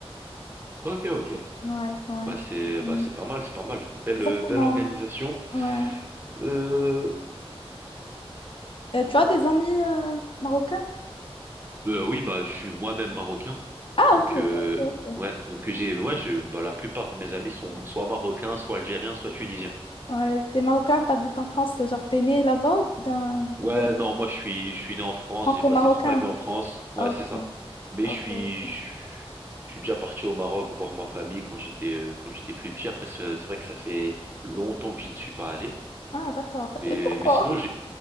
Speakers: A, on the right; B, on the left.
A: Ok, ok.
B: Ouais, ouais.
A: Bah c'est
B: Mm.
A: bah c'est pas mal, c'est pas mal. Belle
B: Exactement.
A: euh, belle organisation.
B: Ouais.
A: Euh,
B: Euh, tu as des amis euh, marocains?
A: Euh, oui, bah, je suis moi-même marocain.
B: Ah,
A: Donc,
B: ok.
A: euh,
B: Ok, ok.
A: ouais. Donc, j'ai, ouais, je, bah, la plupart de mes amis sont soit marocains, soit algériens, soit tunisiens.
B: Ouais, t'es marocain, t'habites en France, genre t'es né là-bas ou bien,
A: Ouais,
B: ou bien
A: non, moi, je suis, je suis né en France.
B: franco-marocain?
A: J'ai passé toute ma vie en France. Ouais,
B: Ah,
A: c'est
B: ok,
A: ça. Mais
B: ok.
A: je suis,
B: ok.
A: je, je suis déjà parti au Maroc voir ma famille quand j'étais, euh, quand j'étais plus petit. Après, c'est c'est vrai que ça fait longtemps que je ne suis pas allé.
B: Ah, d'accord.
A: Mais,
B: Et pourquoi?
A: mais sinon, j'ai,